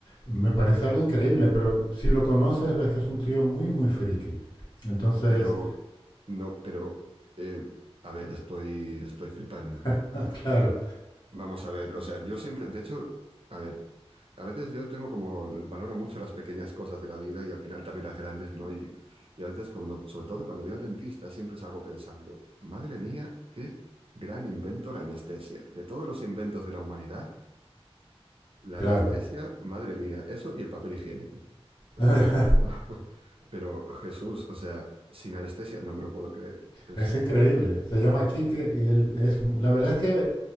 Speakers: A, on the left; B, on the right.
A: me parece algo increíble, pero si lo conoces ves que es un tío muy, muy friki. Entonces,
B: pero no, pero, eh, a ver, estoy, estoy flipando.
A: <laughs> ah, claro,
B: Vamos a ver, o sea, yo siempre, de hecho, a ver, a veces yo tengo como, valoro mucho las pequeñas cosas de la vida y al final también las grandes, ¿no? Y, y a veces, cuando, sobre todo cuando voy al dentista, siempre salgo pensando, madre mía, qué gran invento la anestesia. De todos los inventos de la humanidad, la
A: claro.
B: anestesia, madre mía, eso y el papel higiénico. Es
A: <laughs>
B: como, <laughs> pero Jesús, o sea, sin anestesia no me lo puedo creer. Es,
A: Es increíble. Se llama Quique y él es... La verdad es que